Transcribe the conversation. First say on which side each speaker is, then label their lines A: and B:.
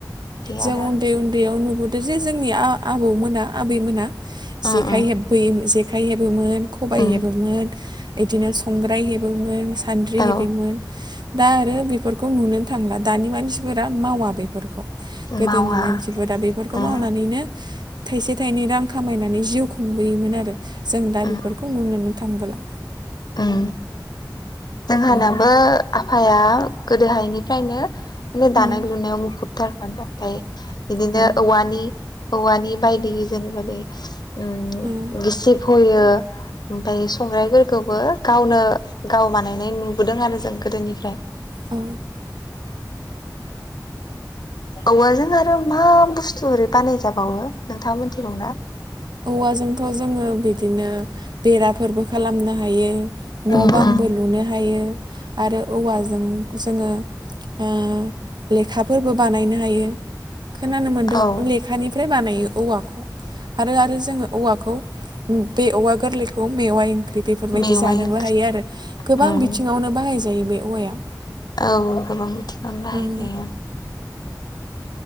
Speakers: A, on the left; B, on the right.
A: बिदि
B: जों
A: आरो
B: उन्दै उन्दैयाव नुबोदों जे जोंनि आ आबौमोना आबैमोना जेखाइ
A: उम उम
B: हेबबोयो हेबोमोन खबाइ
A: उम
B: हेबोमोन बिदिनो संग्राय हेबोमोन सान्द्रि
A: औ
B: हेबोमोन। दा आरो बेफोरखौ नुनो थांलिया दानि मानसिफोरा मावा बेफोर गोदोनि
A: मावा
B: मानसिफोरा बेफोरखौ
A: उम
B: मावनानैनो थाइसे थाइनै रां खामायनानै जिउ खुंबोयोमोन आरो। जों दा बेफोरखौ
A: उम
B: नुनोनो थांबोला।
A: उम। जोंहानाबो
B: उम
A: आफाया गोदोहायनिफ्रायनो माने दानाय
B: उम
A: लुनायाव बुहुदथारमोन, दा ओमफ्राय बिदिनो
B: औ
A: औवानि औवानि बायदि जेनोबा उम
B: औ
A: गिसिब फयो ओमफ्राय संग्रायफोरखौबो गावनो गाव बानायनाय नुबोदों आरो जों गोदोनिफ्राय।
B: औ
A: औवाजों आरो मा बुस्थु ओरै बानायजाबावो नोंथाङा मिथिगौ ना?
B: औवाजोंथ' जोङो बिदिनो बेराफोरबो खालामनो हायो न'
A: उम
B: बां
A: उम
B: बो लुनो हायो आरो औवाजों जोङो ओ लेखाफोरबो बानायनो हायो। खोनानो मोनदों
A: औ
B: लेखानिफ्राय बानायो औवाखौ आरो आरो जोङो औवाखौ बे औवा गोरलैखौ मेवाइ ओंख्रि बेफोरबायदि
A: मेवाइ
B: जानोबो
A: ओंख्रि
B: हायो आरो गोबां
A: उम
B: बिथिङावनो बाहाय जायो बे औवाया।
A: औ गोबां बिथिङावनो बाहाय
B: उम
A: जायो।